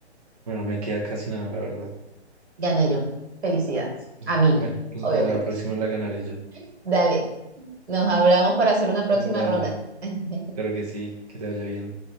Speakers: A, on the right; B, on the right.
A: Bueno, me queda casi nada, la verdad.
B: Gané yo. Felicidades.
A: Mm,
B: A mí,
A: Bueno, la
B: obviamente.
A: próxima
B: <laughs>
A: la ganaré yo.
B: Dale, nos hablamos para hacer una próxima
A: Dale,
B: ronda. <laughs>
A: claro que sí, que te vaya bien.